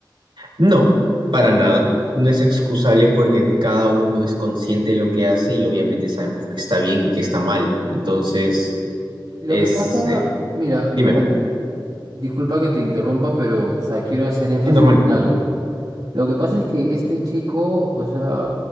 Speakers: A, on the right (about 80°); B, on the right (about 60°).
A: No, para nada. No es excusable porque cada uno es consciente de lo que hace y obviamente sabemos que está bien y que está mal. Entonces,
B: Lo
A: es,
B: que pasa,
A: es-
B: mira,
A: dime,
B: o sea, disculpa que te interrumpa, pero o sea, quiero hacer énfasis
A: sí, normal.
B: en algo. Lo que pasa es que este chico, o sea,